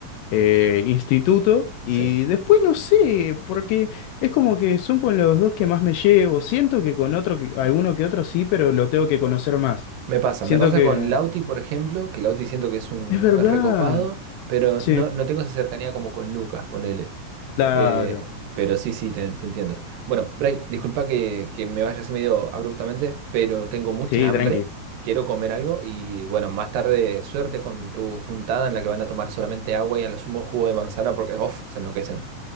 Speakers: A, on the left (about 80°); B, on the right (about 85°).
A: eh, instituto y
B: sí.
A: después no sé, porque es como que son con los dos que más me llevo. Siento que con otro, que, alguno que otro sí, pero lo tengo que conocer más.
B: Me pasa,
A: Siento
B: me pasa
A: que
B: con Lauti, por ejemplo, que Lauti siento que es un
A: es verdad.
B: es recopado, pero
A: Sí,
B: no, no tengo esa cercanía como con Lucas, ponele.
A: claro.
B: Eh, pero sí, sí, te, te entiendo. Bueno, Bray, disculpa que, que me vaya así medio abruptamente, pero tengo mucha
A: Sí,
B: hambre,
A: tranqui,
B: quiero comer algo y bueno, más tarde suerte con tu juntada en la que van a tomar solamente agua y a lo sumo jugo de manzana porque, uff, se enloquecen.